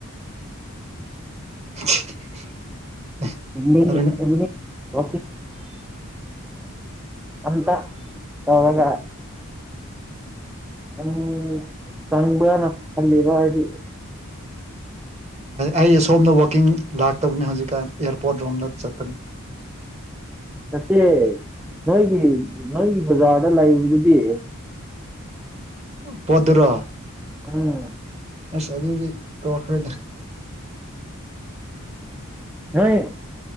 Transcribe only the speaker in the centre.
<inaudible>
ꯑꯇ ꯇꯒ ꯎꯝ ꯇꯪꯅ ꯐꯜꯂꯤꯕꯗꯤ
ꯅꯠꯇꯦ ꯅꯣꯏꯒꯤ ꯅꯣꯏꯒꯤ ꯕꯖꯥꯔꯗ ꯂꯩꯕꯗꯨꯗꯤ
ꯑꯝ
ꯑ ꯅꯣꯏ